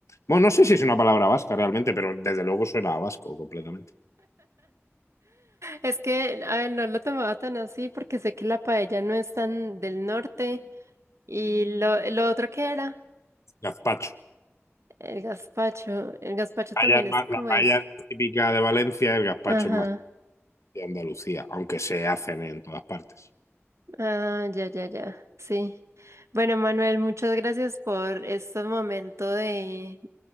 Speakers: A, on the left (about 85°); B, on the right (about 75°).
A: Bueno, no sé si es una palabra vasca realmente, pero desde luego suena a vasco completamente.
B: Es que, a ver, no lo tomaba tan así porque sé que la paella no es tan del norte. ¿Y lo, lo otro que era?
A: Gazpacho.
B: El gazpacho, el gazpacho
A: Paella
B: también
A: es más-
B: es como
A: la paella
B: eso.
A: es típica de Valencia, el gazpacho
B: Ajá,
A: es más de Andalucía, aunque se hacen en todas partes.
B: ah, ya, ya, ya, sí. Bueno, Manuel, muchas gracias por este momento de,